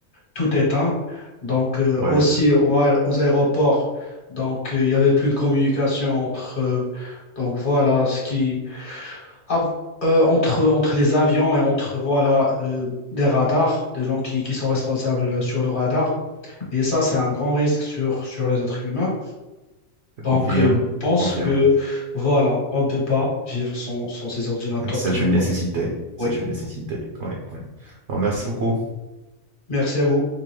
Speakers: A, on the left; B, on the right.
A: tout éteints. Donc, euh,
B: ouais,
A: aussi au aé- aux aéroports, donc, euh, il y avait plus de communication entre, euh, donc, voilà, ce qui, av- euh, entre, entre les avions et entre voilà, euh, des radars, des gens qui, qui sont responsables sur le radar. Et ça, c'est un grand risque sur, sur les êtres humains.
B: je
A: Donc,
B: confirme,
A: euh, je pense
B: confirme.
A: que voilà, on ne peut pas vivre sans, sans ces ordinateurs
B: C'est
A: de nos
B: une nécessité.
A: jours.
B: C'est
A: Oui,
B: une nécessité. Ouais, ouais. Alors, merci beaucoup.
A: merci à vous.